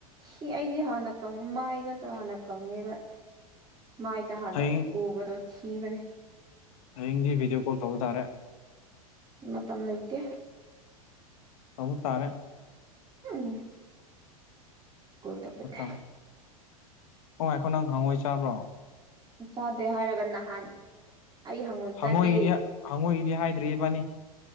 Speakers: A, on the right; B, on the left.
A: ꯁꯤ ꯑꯩꯗꯤ ꯍꯥꯟꯅ ꯃꯥꯏ ꯉꯥꯛꯇ꯭ꯔ ꯍꯥꯟꯅ ꯀꯪꯉꯦꯕ ꯃꯥꯏ ꯅꯍꯟꯅ
B: ꯍꯌꯦꯡ
A: ꯎꯕꯗꯣ ꯊꯤꯕꯅꯦ
B: ꯍꯌꯦꯡꯗꯤ ꯚꯗꯤꯑꯣ ꯀꯣꯜ ꯇꯧꯕ ꯇꯥꯔꯦ
A: ꯃꯇꯝ ꯂꯩꯇꯦ
B: ꯇ ꯇꯥꯔꯦ
A: ꯎꯝ ꯇꯧꯕꯗ
B: ꯃꯇꯝ ꯉ- ꯉꯥꯏꯈꯣ ꯅꯪ ꯍꯪꯉꯣꯏ ꯆꯥꯕ꯭ꯔꯣ
A: ꯆꯥꯎꯗꯦ ꯍꯥꯏꯔꯒ ꯅꯍꯥꯟ ꯑꯩ ꯍꯪꯉꯣꯏ
B: ꯍꯪꯉꯣꯏꯒꯤꯗꯤ
A: ꯆꯥꯗꯦ
B: ꯍꯪꯉꯣꯏꯒꯤꯗꯤ ꯍꯥꯏꯗ꯭ꯔꯤ ꯏꯕꯥꯅꯤ